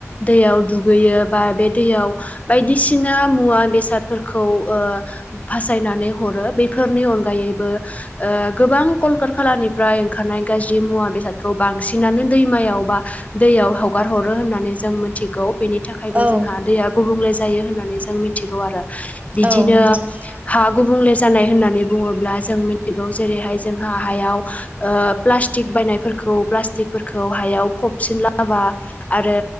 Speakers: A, on the left (about 30°); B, on the right (about 25°).
A: दैयाव दुगैयो बा बे दैयाव बायदिसिना मुवा बेसादफोरखौ फासायनानै हरो बे फोरनि अनगायैबो गोबां कलकात खालानिफ्राय ओंखारनाय गाज्रि मुवा बेसादफोर खौ बांसिनानो दैमायाव बा दैयाव हगार हरो होननानै जों मिथिगौ। बेनि थाखायबो
B: औ
A: जोंहा दैया गुबुंले जायो होननानै जों मिथिगौ आरो बिदिनो
B: औ नंगौ
A: हा गुबुंले जानाय होननानै बुङोब्ला जों जेरैहाय जोंहा हायाव ओ प्लासटिक बायनायफोर फोरखौ हायाव फबसिनलाबा आरो